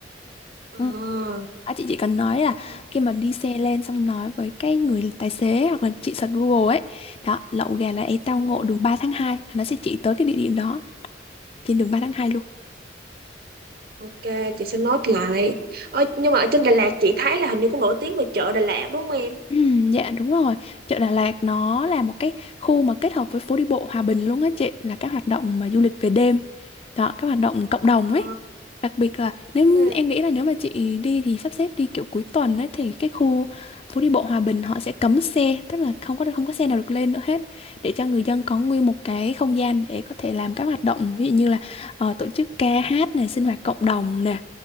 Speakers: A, on the right; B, on the left.
A: à,
B: Ừ. À, chị chỉ cần nói là
A: ok
B: khi mà đi xe lên xong nói với cái người tài xế hoặc là chị search Google ấy đó lậu gà là ấy tao ngộ
A: Ừ,
B: đường ba tháng hai là nó sẽ chỉ tới cái địa điểm đó trên đường 3 tháng 2 luôn
A: ok chị sẽ note lại Ơ nhưng mà ở trên Đà Lạt chị thấy là hình như cũng nổi tiếng về chợ Đà Lạt đúng không em
B: Ừm, dạ đúng rồi chợ Đà Lạt nó là một cái khu mà kết hợp với phố đi bộ Hòa Bình luôn á chị là các hoạt động mà du lịch về đêm Đó, các hoạt động cộng đồng
A: ờ,
B: ấy. Đặc biệt là nếu
A: ừ.
B: em nghĩ là nếu mà chị đi thì sắp xếp đi kiểu cuối tuần ấy thì cái khu phố đi bộ Hòa Bình họ sẽ cấm xe, tức là không có không có xe nào được lên nữa hết để cho người dân có nguyên một cái không gian để có thể làm các hoạt động ví dụ như là ờ, tổ chức ca hát này, sinh hoạt cộng đồng nè.